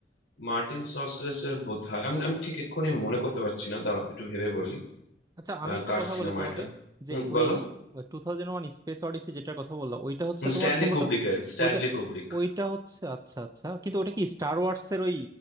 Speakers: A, on the left; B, on the right.
A: মার্টিন সসরেসের বোধহয় আমি আমি ঠিক এক্ষুনি মনে করতে পারছি না দাঁড়াও একটু ভেবে বলি
B: আচ্ছা আমি
A: আহ,
B: একটা
A: কার
B: কথা
A: সিনেমা
B: বলি তোমাকে
A: এটা
B: যে
A: হুম
B: ওই
A: বলো
B: two thousand one Space Odyssey যেটার কথা বললাম ওইটা হচ্ছে
A: Stanley
B: তোমার সম্ভবত
A: কুব্রিকের Stanley
B: ওইটা
A: Kubrick
B: ওইটা হচ্ছে আচ্ছা আচ্ছা কিন্তু ওটা কি স্টার ওয়ার্স এর ওই